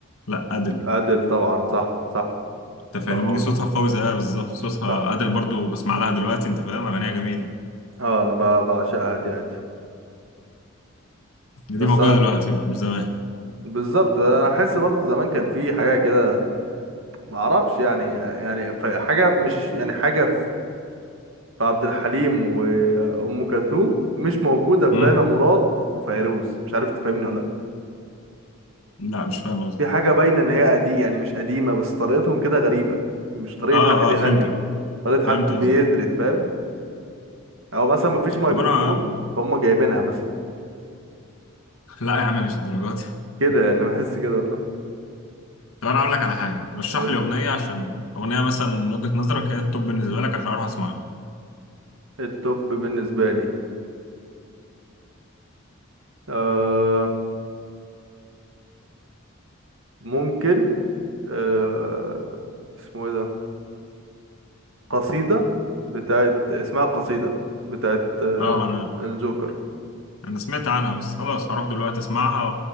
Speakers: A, on the left; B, on the right.
A: لا ادل
B: أدل طبعا صح صح
A: انت فاهمني
B: صوتها قوي
A: صوتها قوي زيها بالظبط صوتها
B: صح
A: ادل برضو بسمع لها دلوقتي انت فاهم اغانيها جميلة
B: اه انا ب- بعشقها دي عادي بس
A: دي موجودة
B: انا
A: دلوقتي بقى مش زمان
B: بالظبط انا احس برضه زمان كان في حاجه كده ما اعرفش يعني يعني ف- حاجه مش يعني حاجه فعبد الحليم وأم كلثوم مش موجودة في
A: امم
B: ليلى مراد وفيروز مش عارف تفهمني ولا لأ
A: لا مش فاهم قصدك
B: في حاجة باينة إن هي قديم يعني مش قديمة بس طريقتهم كده غريبة يعني مش طريقة
A: اه
B: حد بيغني
A: اه فهمتك
B: طريقة حد
A: فهمت
B: بيثرت
A: قصدك
B: فاهم أو مثلا مفيش ميكروفون
A: طب انا
B: فهم جايبينها مثلا
A: <laughs> لا يا عم مش الدرجات دي
B: كده يعني بحس كده والله
A: طب انا اقول لك على حاجه رشح
B: قول
A: لي اغنيه عشان اغنيه مثلا من وجهه نظرك هي التوب بالنسبه لك عشان اروح اسمعها
B: التوب بالنسبة لي آه ممكن آه اسمه ايه ده قصيدة بتاعت اسمها قصيدة بتاعت آه
A: اه ما انا
B: الجوكر
A: انا سمعت عنها بس خلاص هروح دلوقتي اسمعها